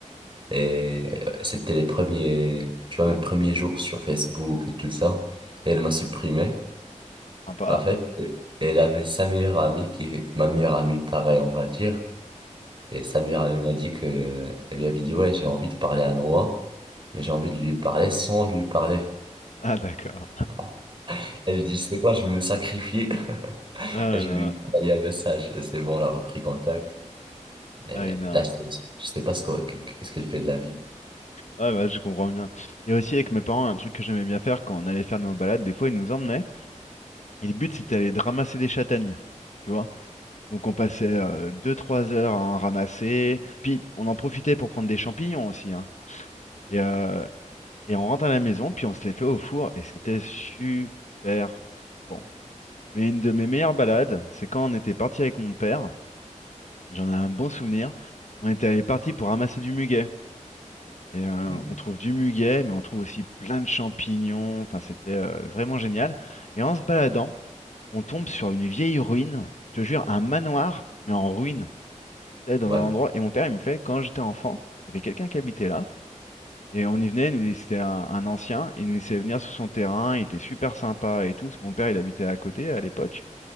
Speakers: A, on the right (about 40°); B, on the left (about 65°).
A: Et euh, c'était les premiers, tu vois, mes premiers jours sur Facebook et tout ça. Et elle m'a supprimé.
B: Sympa.
A: En fait, elle avait sa meilleure amie qui est ma meilleure amie, pareil, on va dire. Et sa meilleure amie m'a dit que, elle lui avait dit, ouais, j'ai envie de parler à Noah, mais j'ai envie de lui parler sans lui parler.
B: Ah, d'accord.
A: <laughs> Elle dit, c'est quoi, je vais me sacrifier. <laughs>
B: Ah là
A: Et je
B: là.
A: vais lui envoyer un message. Et C'est bon, on a repris contact. Mais
B: Ah, énorme.
A: là, je sais je sais pas ce que- qu'est-ce qu'elle fait de la vie.
B: Ouais, bah, je comprends bien. Et aussi, avec mes parents, un truc que j'aimais bien faire quand on allait faire nos balades, des fois, ils nous emmenaient. Et le but, c'était d'aller de ramasser des châtaignes. Tu vois? Donc on passait euh, deux trois heures à en ramasser. Puis on en profitait pour prendre des champignons aussi. hein. Et, euh, et on rentre à la maison, puis on se les fait au four. Et c'était super bon. Mais une de mes meilleures balades, c'est quand on était parti avec mon père. J'en ai un bon souvenir. On était parti pour ramasser du muguet. Et euh,
A: Hmm.
B: on trouve du muguet, mais on trouve aussi plein de champignons. Enfin, c'était euh, vraiment génial. Et en se baladant, on tombe sur une vieille ruine. Je te jure, un manoir, mais en ruine. j'étais dans
A: Ouais.
B: un endroit, et mon père, il me fait, quand j'étais enfant, il y avait quelqu'un qui habitait là, et on y venait, il nous laissait, c'était un, un ancien, et il nous laissait venir sur son terrain, il était super sympa et tout, parce que mon père, il habitait à côté à l'époque,